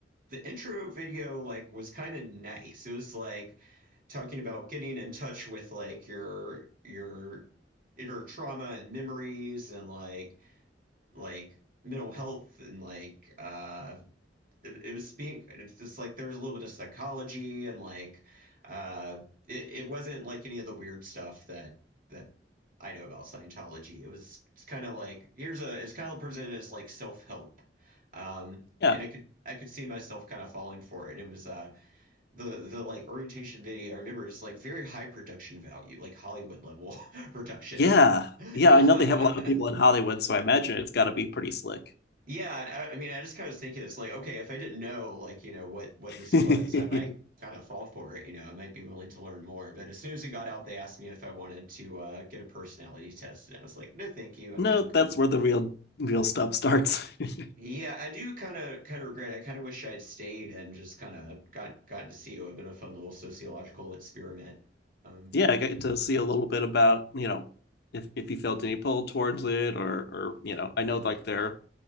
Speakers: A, on the right (about 50°); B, on the left (about 65°).
A: the intro video like was kind of nice. It was like talking about getting in touch with like your your inner trauma and memories and like like mental health and like uh it, it was being it's just like there was a little bit of psychology and like uh it, it wasn't like any of the weird stuff that that I know about Scientology. It was it's kind of like here's a it's kind of presented as like self help, um,
B: Yeah.
A: and I could I could see myself kind of falling for it. And it was uh the the like orientation video. I remember it's like very high production value, like Hollywood level <laughs> production.
B: Yeah.
A: <laughs>
B: Yeah,
A: Um,
B: I know they have a lot of people in
A: <laughs>
B: Hollywood, so I imagine it's got to be pretty slick.
A: Yeah, and I, I mean, I just kind of was thinking it's like, okay, if I didn't know, like, you know, what what
B: <laughs>
A: this was, I might kind of fall for it, you know, I might be willing to learn more. But as soon as we got out, they asked me if I wanted to uh, get a personality test, and I was like, no, thank you, I'm
B: No,
A: I'm good.
B: that's where the real real stuff starts. <laughs>
A: Yeah, I do kind of kind of regret. I kind of wish I'd stayed and just kind of got gotten to see it. It would have been a fun little sociological experiment. Um,
B: yeah, I get to see a little bit about, you know, if if he felt any pull towards it or or you know, I know like their